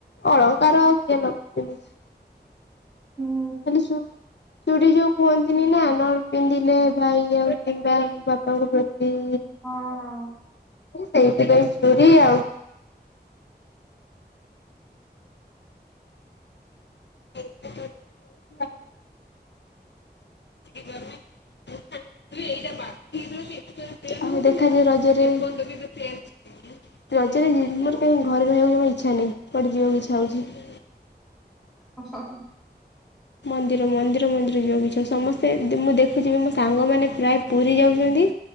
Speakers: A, on the left; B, in the centre.
A: ଅଳଙ୍କାର ଆଉ କିଏ ଲଗେଉଛି?
B: ହୁଁ
A: ଖାଲି ଚୁ ଚୁଡ଼ି ଯୋଉ କୁହନ୍ତି ନି ନା ନ ପିନ୍ଧିଲେ ଭାଇ ଆଉ କିମ୍ବା ବାପାଙ୍କ ପ୍ରତି
B: ହଁ ହଁ।
A: ସେଇଥିପାଇଁ ଚୁଡ଼ି ଆଉ <unintelligible> ଆଉ ଦେଖାଯାଉ ରଜରେ ର ଜରେ ମୋର କାହିଁ ଘରେ ରହିବାକୁ ଜମା ଇଛା ନାହିଁ। କୁଆଡେ ଯିବାକୁ ଇଚ୍ଛା ହଉଛି।
B: ଅ ହ ହ।
A: ମନ୍ଦିର ମନ୍ଦିର ମନ୍ଦିର ଯିବାକୁ ଇଚ୍ଛା ହେଉଛି। ସମସ୍ତେ ମୁଁ ଦେଖୁଛି ମୋ ସାଙ୍ଗମାନେ ପ୍ରାୟ ପୁରୀ ଯାଉଛନ୍ତି।